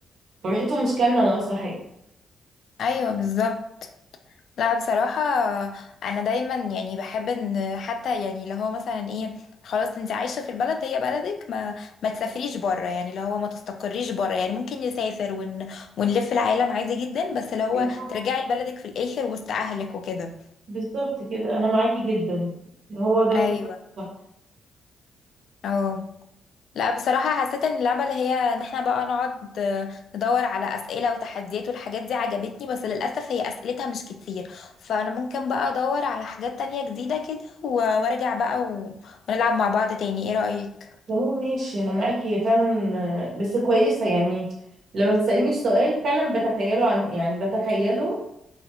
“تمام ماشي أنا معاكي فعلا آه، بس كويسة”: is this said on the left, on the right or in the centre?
Right